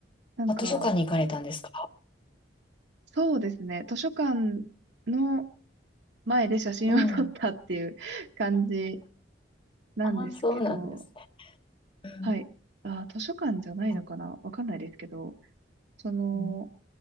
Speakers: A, on the right; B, on the left.
A: なんか、
B: あ、図書館に行かれたんですか
A: そうですね、図書館の前で写真を撮ったっていう
B: うん。
A: <laughs> 感じなんですけど、
B: ああ、そうなんですね。うん。
A: はい。あー、図書館じゃないのかなわかんないですけど、
B: う
A: その、
B: ん